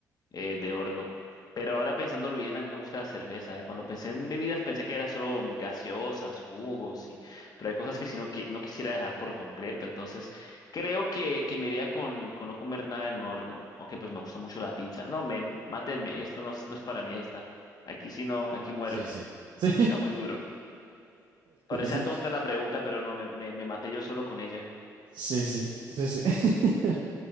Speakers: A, on the left; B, on the right.
A: eh, de horno. Pero ahora pensándolo bien, a mí me gusta la cerveza, eh. Cuando pensé en bebidas pensé que era solo gaseosas, jugos, y... pero hay cosas que si no, qui- no quisiera dejar por completo. Entonces, creo que, que me iría con, con no comer nada en horno, aunque pues me gusta mucho la pizza. No, men, mátenme, esto no, es- no es para mí esta. Aquí sí no, aquí muero.
B: Sí, sí. Sí.
A: Está muy duro. Parecía
B: <laughs>
A: tonta la pregunta, pero no, me, me, me maté yo solo con ella.
B: Sí, sí, sí, sí. <laughs>